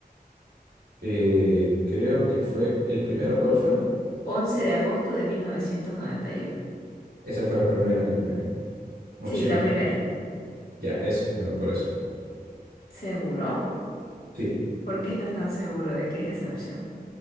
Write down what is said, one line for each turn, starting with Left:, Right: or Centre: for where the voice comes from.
Right: Eh, creo que fue el primero, ¿cuál fue?
Left: 11 de agosto de 1991.
Right: Esa fue la primera que me... Opción.
Left: Sí, la primera.
Right: Ya, eso, me voy por eso.
Left: ¿Seguro?
Right: Sí.
Left: ¿Por qué estás tan seguro de que es esa opción?